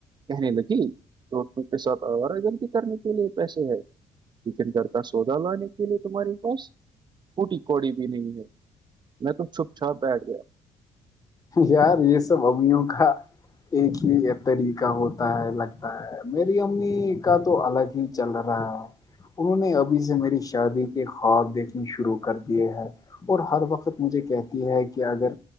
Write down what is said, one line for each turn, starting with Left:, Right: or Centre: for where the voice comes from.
Right: کہنے لگی تو کے ساتھ آوارہ گلطی کرنے کے لیے پیسے ہے کچن گھر کا سودا لانے کے لیے تمہاریے پاس کوٹی کوڑی بھی نہیں ہے میں تو چھپ چھاپ بیٹھ گیا
Left: یار یہ سب ابوں کا ایک ہی طریقہ ہوتا ہے لگتا ہے میری امی کا تو الگ ہی چل رہا ہے انہوں نے ابھی سے میری شادی کے خواب دیکھنے شروع کر دیے ہیں اور ہر وقت مجھے کہتی ہے کہ اگر